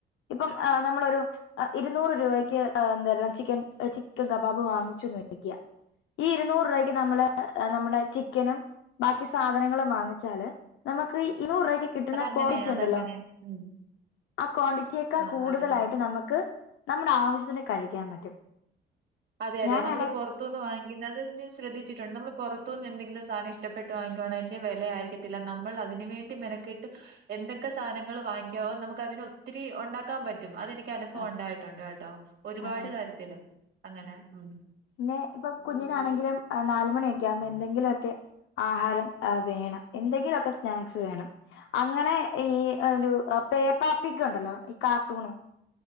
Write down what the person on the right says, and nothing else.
അതങ്ങനെയാ
അതങ്ങനെയാ. ഉം.
ആഹ്
അതെ.
അതെ അതെ
നമ്മള്
ഈ പൊറ് ത്തൂന്ന് വാങ്ങിക്കുന്നത് അത് ഞാൻ ശ്രദ്ധിച്ചിട്ട്ണ്ട് നമ്മൾ പൊറത്തൂന്ന് എന്തെങ്കിലു സാധന ഇഷ്ടപ്പെട്ട് വാങ്ങിക്കുവാണെ അയിന്റെ വെലയായിരി ക്കത്തില്ല നമ്മൾ അതിന് വേണ്ടി മെനക്കെട്ട് എന്തൊക്കെ സാനങ്ങള് വാങ്ങിക്കാവോ നമുക്ക് അതിനൊത്തിരി ഒണ്ടാ ക്കാൻ പറ്റും അതെനിക്ക് അനുഭവം
ഒണ്ടായിട്ടുണ്ട് കേട്ടോ ഒരുപാട്
കാര്യത്തില് അങ്ങനെ ഉം.